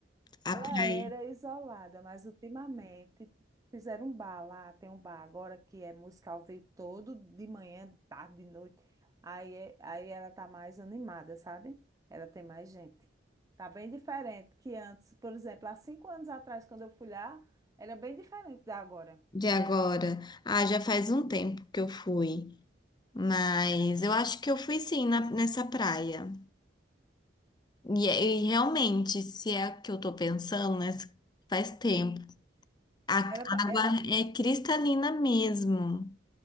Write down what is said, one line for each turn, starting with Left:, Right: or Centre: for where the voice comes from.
Left: a
Right: Ela
Left: praia
Right: era isolada, mas ultimamente fizeram um bar lá, tem um bar agora que é música ao vivo todo, de manhã, de tarde, de noite. Aí, é- aí ela tá mais animada, sabe? Ela tem mais gente. Tá bem diferente que antes. Por exemplo, há cinco anos atrás, quando eu fui lá, era bem diferente da agora.
Left: de agora. Ah, já faz um tempo que eu fui. Mas eu acho que eu fui sim na- nessa praia. E, é- e realmente, se é o que eu tô pensando, né? Faz tempo. A
Right: Ela,
Left: água é cristalina mesmo.